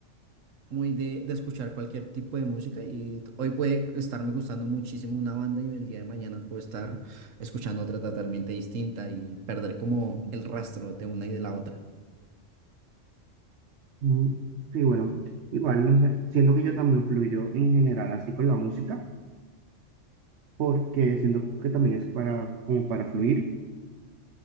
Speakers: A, on the right (about 80°); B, on the right (about 65°).
A: muy de, de escuchar cualquier tipo de música y hoy puede estarme gustando muchísimo una banda y el día de mañana puedo estar escuchando otra totalmente distinta y perder como el rastro de una y de la otra.
B: mm, Sí, bueno, igual, no sé, siento que yo también fluyo en general así con la música, porque siento que también es para, como para fluir